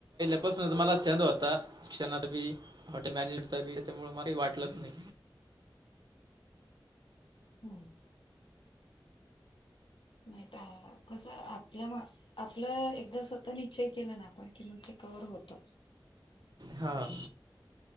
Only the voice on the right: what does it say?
तसं मला छंद होता शिक्षणात बी हॉटेल मॅनेजमेंटचा त्याच्यामुळे मला काही वाटलंच नाही.
हा.